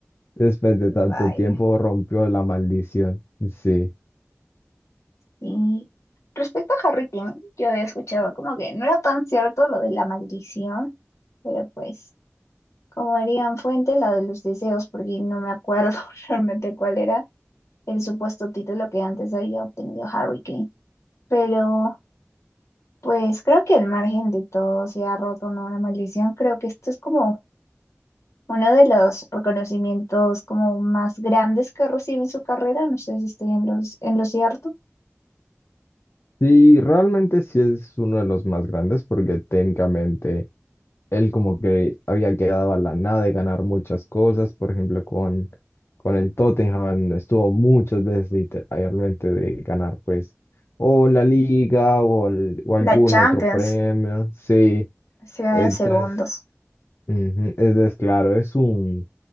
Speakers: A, on the left (about 55°); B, on the left (about 75°).
A: Después de tanto
B: vaya.
A: tiempo rompió la maldición. Sí.
B: Y respecto a Harry King, yo había escuchado como que no era tan cierto lo de la maldición, pero pues, como dirían Fuente, la de los deseos, porque no me acuerdo <laughs> realmente cuál era el supuesto título que antes había obtenido Harry King. Pero pues creo que al margen de todo se ha roto ¿no? una maldición, creo que esto es como Uno de los reconocimientos como más grandes que recibe en su carrera, no sé si estoy en los, en lo cierto,
A: Y realmente sí es uno de los más grandes porque técnicamente él como que había quedado a la nada de ganar muchas cosas, por ejemplo, con, con el Tottenham estuvo muchas veces literalmente de ganar pues o la liga o, el- o
B: la
A: algún
B: Champions,
A: otro premio, sí,
B: se da
A: entonces,
B: en segundos.
A: ujú, entonces, claro, es un,